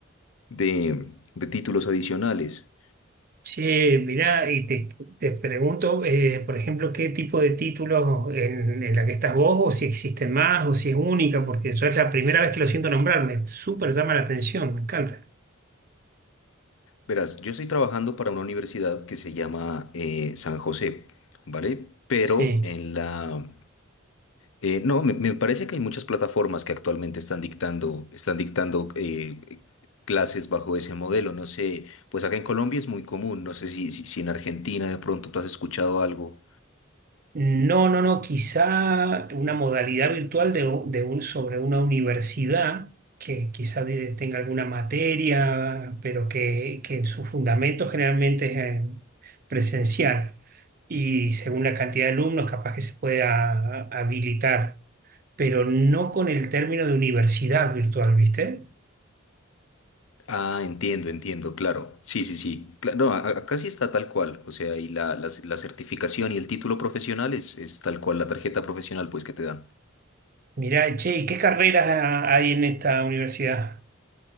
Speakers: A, on the left; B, on the right.
A: de, de títulos adicionales.
B: Sí, mirá, y te, te pregunto, eh, por ejemplo, qué tipo de títulos en, en la que estás vos, o si existen más, o si es única, porque yo es la primera vez que lo siento nombrar, me súper llama la atención, me encanta.
A: Verás, yo estoy trabajando para una universidad que se llama eh, San José, ¿vale? Pero
B: Sí,
A: en la Eh, no, me, me parece que hay muchas plataformas que actualmente están dictando, están dictando eh, clases bajo ese modelo. No sé, pues acá en Colombia es muy común. No sé si, si, si en Argentina de pronto tú has escuchado algo.
B: No, no, no, quizá una modalidad virtual de, u- de un, sobre una universidad que quizá de- tenga alguna materia, pero que, que en su fundamento generalmente es eh, presencial. Y según la cantidad de alumnos, capaz que se pueda habilitar, pero no con el término de universidad virtual, ¿viste?
A: Ah, entiendo, entiendo, claro. Sí, sí, sí. Cla- No, a- a- acá sí está tal cual. O sea, y la, la, la certificación y el título profesional es, es tal cual, la tarjeta profesional pues que te dan.
B: Mirá, che, ¿y qué carreras ah, hay en esta universidad?